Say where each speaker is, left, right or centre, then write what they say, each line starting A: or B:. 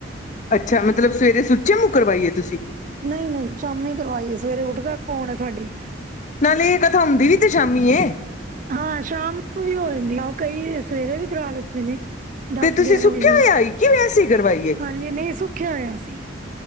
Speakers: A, on the left; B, on the right.
A: ਅੱਛਾ ਮਤਲਬ ਸਵੇਰੇ ਸੁੱਚੇ ਨੂੰ ਕਰਵਾਈਏ ਤੁਸੀਂ
B: ਨਹੀਂ ਨਹੀਂ ਸ਼ਾਮੀ ਕਰਵਾਈਏ ਸਵੇਰੇ ਉੱਠਦਾ ਕਣ ਤੁਡੇ
A: ਨਾਲੇ ਇਹ ਕਥਾ ਹੁੰਦੀ ਵੀ ਤੇ ਸ਼ਾਮੀ
B: ਹਾਂ ਸ਼ਾਮ ਨੂੰ ਵੀ ਹੋ ਜਾਂਦੀ ਆ ਉਹ ਕਈ ਸਵੇਰੇ ਵੀ ਕਰਾ ਲੈਂਦੇ ਨੇ ਦਸ
A: ਤੇ ਤੁਸੀਂ
B: ਗਿਆਰਾਂ
A: ਸੁੱਖਿਆ
B: ਵਜੇ ਨਾਲ
A: ਹੋਇਆ ਆਈ ਕਿ ਵੈਸੇ ਹੀ ਕਰਵਾਈਏ
B: ਹਾਂਜੀ ਨਹੀਂ ਸੁੱਖਿਆ ਹੋਇਆ ਸੀ